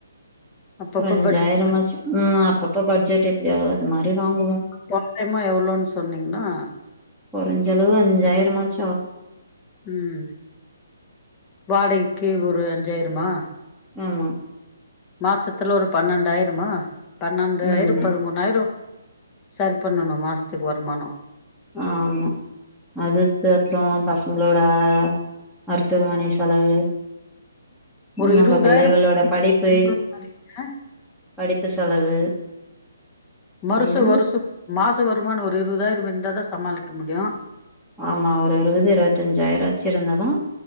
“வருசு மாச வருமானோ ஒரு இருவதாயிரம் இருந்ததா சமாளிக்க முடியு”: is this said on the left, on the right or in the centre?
Left